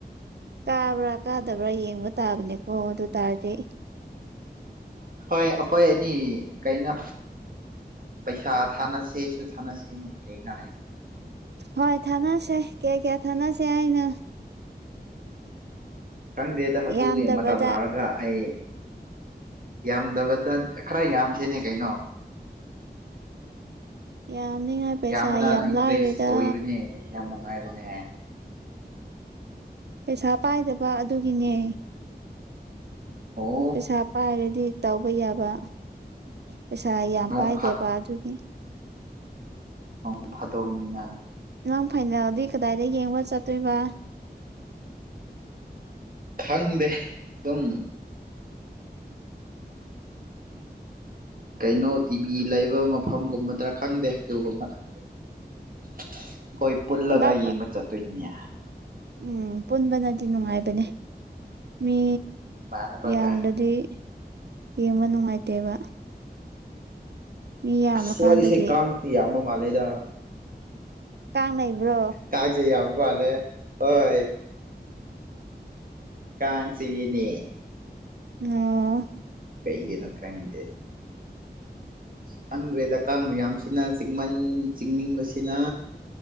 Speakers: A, on the right; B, on the right.
A: ꯀꯥꯕ꯭ꯔꯥ ꯀꯥꯗꯕ꯭ꯔꯥ ꯌꯦꯡꯕ ꯇꯥꯕꯅꯦꯀꯣ ꯑꯗꯨ ꯇꯔꯗꯤ
B: ꯍ ꯍꯣꯏ ꯑꯦꯅꯤ ꯀꯩꯅ ꯄꯩꯁꯥ ꯊꯥꯅꯁꯦꯁꯨ ꯊꯥꯅꯁꯦꯅꯦ ꯀꯩꯅꯅꯦ
A: ꯍꯣꯏ ꯊꯥꯅꯁꯦ ꯀꯌꯥ ꯀꯌꯥ ꯊꯥꯅꯁꯦ ꯍꯥꯏꯅꯣ
B: ꯈꯪꯗꯦꯗ ꯑꯗꯨꯒꯤ
A: ꯌꯥꯝꯗꯕꯗ
B: ꯃꯇꯝ ꯂꯥꯛꯂꯒ ꯑꯩ ꯌꯥꯝꯗꯕꯗ ꯈꯔ ꯌꯥꯝꯁꯤꯅꯦ ꯀꯩꯅꯣ
A: ꯌꯥꯝꯅꯤꯉꯥꯏ ꯄꯩꯁꯥ
B: ꯌꯥꯝꯕꯅ
A: ꯌꯥꯝ
B: ꯏꯟꯇꯔꯦꯁ
A: ꯂꯥꯏꯔꯦꯗ
B: ꯑꯣꯏꯕꯅꯦ ꯌꯥꯝ ꯅꯨꯡꯉꯥꯏꯕꯅꯦ
A: ꯄꯩꯁꯥ ꯄꯥꯏꯗꯕ ꯑꯗꯨꯒꯤꯅꯦ
B: ꯑꯣ
A: ꯄꯩꯁꯥ ꯄꯥꯏꯔꯗꯤ ꯇꯧꯕ ꯌꯥꯕ ꯄꯩꯁꯥ ꯌꯥꯝ
B: ꯅꯣꯡ
A: ꯄꯥꯏꯗꯦꯕ ꯑꯗꯨꯒꯤ
B: ꯅꯣꯡ ꯐꯥꯗꯣꯛꯅꯤꯅꯪ
A: ꯅꯪ ꯐꯥꯏꯅꯦꯜꯗꯤ ꯀꯗꯥꯏꯗ ꯌꯦꯡꯕ ꯆꯠꯇꯣꯏꯕ
B: ꯈꯪꯗꯦ ꯑꯗꯨꯝ ꯀꯩꯅꯣ ꯇꯤꯚꯤ ꯂꯩꯕ ꯃꯐꯝꯒꯨꯝꯕꯗ꯭ꯔꯥ ꯈꯪꯗꯦ ꯑꯗꯨꯒꯨꯝꯕ ꯑꯩꯈꯣꯏ ꯄꯨꯜꯂꯒ
A: ꯄꯨꯂꯞ
B: ꯌꯦꯡꯕ ꯆꯠꯇꯣꯏꯅꯤꯅꯦ
A: ꯎꯝ ꯄꯨꯟꯕꯅꯗꯤ ꯅꯨꯡꯉꯥꯏꯕꯅꯦ ꯃꯤ
B: ꯏꯃꯥꯟꯅꯕꯒ
A: ꯌꯥꯝꯗꯗꯤ ꯌꯦꯡꯕ ꯅꯨꯡꯉꯥꯏꯇꯦꯕ ꯃꯤ ꯌꯥꯝꯔꯀꯥꯟꯗꯒꯤ
B: ꯑꯁ ꯋꯥꯔꯤꯁꯦ ꯀꯥꯡꯁꯦ ꯌꯥꯝꯕ ꯃꯥꯜꯂꯦꯗ
A: ꯀꯥꯡ ꯂꯩꯕ꯭ꯔꯣ
B: ꯀꯥꯡꯁꯦ ꯌꯥꯝ ꯃꯥꯜꯂꯦ ꯍꯣꯏ ꯀꯥꯡ ꯆꯤꯛ ꯏꯅꯦ
A: ꯑ
B: ꯀꯩꯒꯅ ꯈ꯭ꯔꯪꯗꯦ
A: <inaudible>
B: ꯈꯪꯗ꯭ꯔꯦꯗ ꯀꯥꯡ ꯃꯌꯥꯝꯁꯤꯅ ꯆꯤꯛꯃꯟ ꯆꯤꯛꯅꯤꯡꯕꯁꯤꯅ